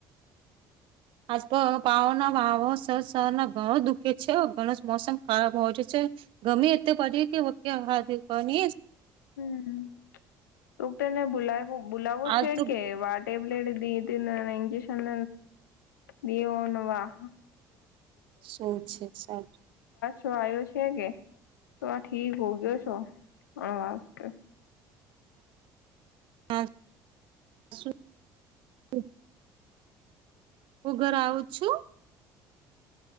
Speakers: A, on the right; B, on the left.
A: આજ પાવોના ભાવો સર શર ના ઘણો દુખે છે ઘનસ મોસમ ખરાબ હો છે ગેમે તે <unintelligible>
B: હમ્મ, હું તને બોલાવ બોલાવો
A: આજ
B: છે
A: તો
B: કે વા ટેબલેટ <unintelligible> ઇજેશન. દેવો નો વાહ
A: શું છે સારું.
B: <unintelligible> <unintelligible>
A: <unintelligible> ઉગર આવું છું.